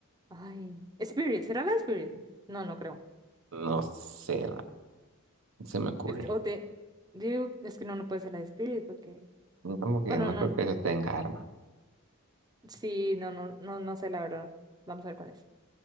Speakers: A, on the right (about 20°); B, on the right (about 65°).
A: Ay, Spirit, ¿será la de Spirit? No, no creo.
B: no sé. la- No se me ocurre.
A: Este, o te digo, es que no, no puede ser la de Spirit porque,
B: No, porque
A: bueno,
B: no
A: no,
B: creo que eso tenga armas.
A: sí, no, no, no, no sé la verdad. Vamos a ver cuál es.